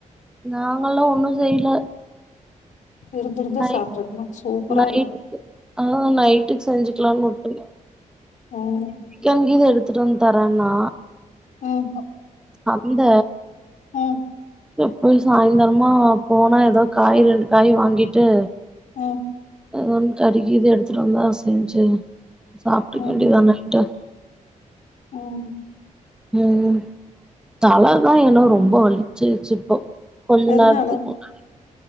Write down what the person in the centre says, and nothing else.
நாங்கெல்லா ஒன்னும் செய்யல
நைட்
நைட்டுக்கு
ஆ நைட்டுக்கு செஞ்சுக்கலாம்னு உட்டுட்டே
சிக்கன் கீது எடுத்துட்ட வந்து தரேன்னா
அந்த
இல்ல போய் சாய்ந்தரமா போனா ஏதோ காய் ரெண்டு காய் வாங்கிட்டு
எது ஒன்னு கறிகிது எடுத்துகிட்டு வந்தா செஞ்சு சாப்ட்டுக்க
வேண்டியதான நைட்டு
ம் தலை தா ஏன்னா ரொம்ப வலிச்சுச்சு இப்போ கொஞ்ச
நேரத்துக்கு முன்னாடி